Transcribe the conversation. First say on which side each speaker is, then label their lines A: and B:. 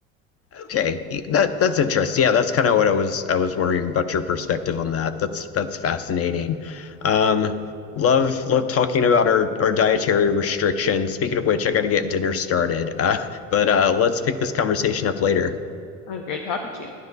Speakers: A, on the left; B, on the left.
A: Okay, that that's interesting. Yeah, that's kind of what I was I was worrying about your perspective on that. That's that's fascinating. Um, love love talking about our our dietary restrictions. Speaking of which, I got to get dinner started. Uh, but uh, let's pick this conversation up later.
B: It was great talking to you.